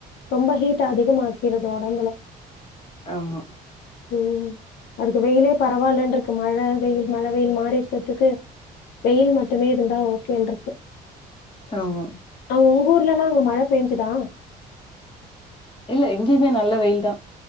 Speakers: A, on the left; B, on the left.
A: ரொம்ப ஹீட் அதிகமாக்கிருது ஒடம்புல
B: ஆமா
A: ம் அதுக்கு வெயிலே பரவால்லன்க் இப்ப மழ வெயில் மழ வெயில் மாறி த்துக்கு வெயில் மட்டுமே இருந்தா ஓகேன்ருக்கு
B: ஆமா
A: அங்க உங் ஊர்லலா அங்க மழ பேஞ்சிதா
B: இல்ல எங்யுமே நல்ல வெயில் தா